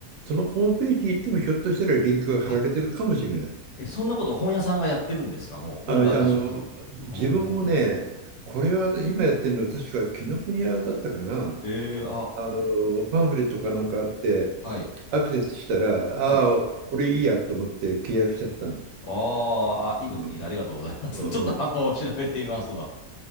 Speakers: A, on the right; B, on the left.
A: そのホームページに行ってもひょっとしたらリンクが貼られてるかもしれない。
B: あ、え、そんなこと本屋さんがやってるんですかもう大型書店。
A: あ、あの自分もね、
B: はあ
A: これは今やってるの確か紀ノ国屋だったかな。
B: えー、あ、
A: あのパンフレットかなんかあって
B: いいこと聞いた。はい。
A: アクセスしたら、
B: はい。
A: ああ、これいいやと思って契約しちゃったの。
B: あー、あ、いいこと聞いた。
A: うん
B: ありがとうございます。
A: うんうん、
B: <laughs> ちょっとあの、調べてみますわ。